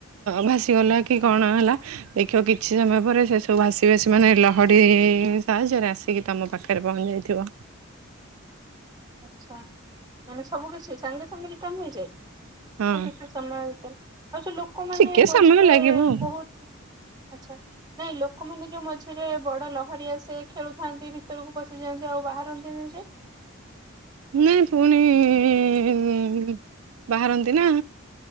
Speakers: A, on the right; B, on the right.
A: ଭାସି ଗଲା କି କଣ ହେଲ। ଦେଖିବ କିଛି ସମୟ ପରେ ସେ ସବୁ ଭାସି ଭାସି ମାନେ <unintelligible> ସାହାଯ୍ୟରେ ଆସିକି ତମ ପାଖରେ, ପହଂଚି ଯାଇଥିବ।
B: ଆଛା ମାନେ ସବୁ କିଛି? ସଙ୍ଗେ ସଙ୍ଗେ ରିଟର୍ଣ ହେଇଯାଏ?
A: ହଁ
B: ନା କିଛି ସମୟ ଆଉ ସେ ଲୋକମାନେ
A: ଟିକେ
B: ମଝିରେ
A: ସମୟ ଲାଗିବ ଆଉ।
B: ବହୁତ ଆଛା। ନାଇଁ, ଲୋକମାନେ ଯୋଉ ମଝିରେ ବଡ ଲହରି ଆସେ ଖେଳୁଥାନ୍ତି ଭିତରକୁ ପସି ଜେନ୍ତି ଆଉ ବାହାରନ୍ତି ଯେ
A: ନାଇଁ ପୁଣି ଉଁ ବାହାରନ୍ତି ନା।